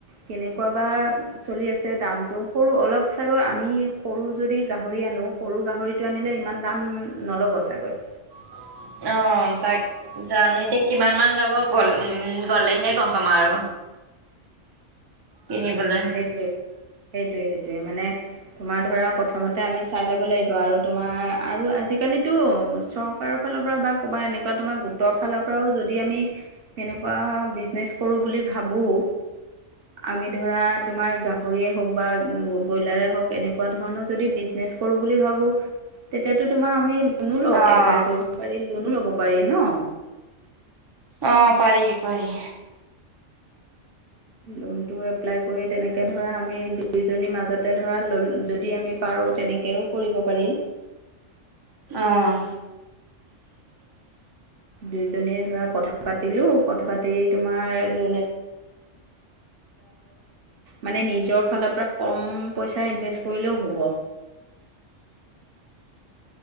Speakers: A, on the right; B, on the right.
A: কেনেকুৱা বা চলি আছে দামটো সৰু অলপ ছাগৈ আমি সৰু যদি গাহৰি আনি নো সৰু গাহৰিটো আনিলে ইমান দাম নল'ব চাগৈ।
B: <inaudible> অহ, তাক জানো এতিয়া কিমান মান ল'ব গল উম গ'লেহে গম পাম আৰু। কিনিবলৈ।
A: সেইটোয়ে সেইটোয়ে মানে তোমাৰ ধৰা প্ৰথমতে আমি চাই ল'ব লাগিব আৰু তোমাৰ আৰু আজিকালিতো চৰকাৰৰ ফালৰ পৰা বা কবা এনেকুৱা তোমাৰ গোটৰ ফালৰ পৰাও যদি আমি তেনেকুৱা বিজনেছ কৰোঁ বুলি ভাবোঁ আমি ধৰা তোমাৰ গাহৰিয়ে হওক বা ব্ৰইলাৰে হওক এনেকুৱা ধৰণৰ যদি বিজনেছ কৰোঁ বুলি ভাবোঁ। তেতিয়াতো তোমাৰ আমি লোনো লব
B: অ',
A: এপ্লাই কৰিব পাৰি লোনো ল'ব পাৰি ন
B: অ পাৰি পাৰি
A: লোনটো এপ্লাই কৰি তেনেকে ধৰা আমি দুইজনীৰ মাজতে ধৰা ল যদি আমি পাৰ আৰু তেনেকৈও কৰিব পাৰি।
B: আহ <inaudible>
A: দুইজনীয়ে ধৰা কথা পাতিলো কথা পাতি তোমাৰ লোন এ মানে নিজৰ ফালৰ পৰা কম পইচা ইনভেষ্ট কৰিলেও হ'ব।
B: <inaudible>